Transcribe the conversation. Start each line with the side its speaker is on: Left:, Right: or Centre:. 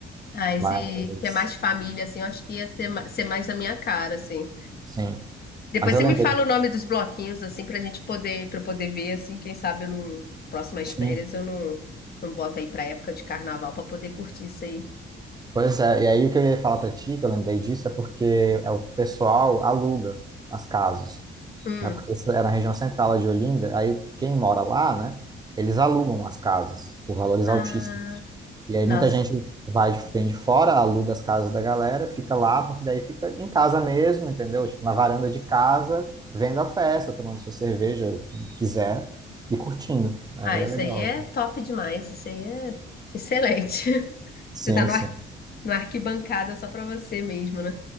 Left: Ah, esse
Right: Mas,
Left: que é mais família, assim, eu acho que ia ser, ma- ser mais da minha cara, assim.
Right: sim.
Left: Depois
Right: Mas eu
Left: você
Right: lembrei,
Left: me fala o nome dos bloquinhos, assim, pra gente poder, pra eu poder ver, assim, quem sabe eu não. Próximas
Right: sim.
Left: férias eu não, não boto aí pra época de carnaval pra poder curtir isso aí.
Right: Pois é, e aí o que eu ia falar para ti, que eu lembrei disso, é porque é o pessoal aluga as casas.
Left: Hum.
Right: né? Porque isso é na região central de Olinda, aí quem mora lá, né? Eles alugam as casas por valores
Left: Ah,
Right: altíssimos. E aí
Left: nossa.
Right: muita gente vai de, vem de fora, aluga as casas da galera, fica lá, porque daí fica em casa mesmo, entendeu? Tipo, na varanda de casa, vendo a festa, tomando sua cerveja, o que quiser, e curtindo. Aí
Left: Ah,
Right: é
Left: isso
Right: legal.
Left: aí é
Right: assim.
Left: top demais. Isso aí é excelente. <laughs>
Right: Sim,
Left: Você tá no
Right: sim.
Left: ar- na arquibancada só pra você mesmo, né?